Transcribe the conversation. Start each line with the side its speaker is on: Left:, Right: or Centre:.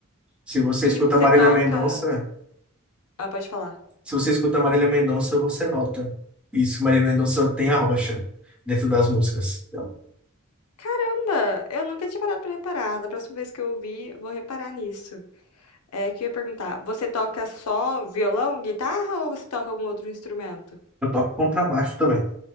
Centre: Se você
Left: E
Centre: escuta
Left: você
Centre: Marília
Left: toca.
Centre: Mendonça,
Left: Ah, pode falar.
Centre: se você escuta Marília Mendonça, você nota. Isso, Marília Mendonça tem a rocha dentro das músicas. Então,
Left: Caramba, eu nunca tinha parado pra reparar. Da próxima vez que eu ouvir, vou reparar nisso. É, que eu ia perguntar, você toca só violão, guitarra ou você toca algum outro instrumento?
Centre: eu toco contrabaixo também.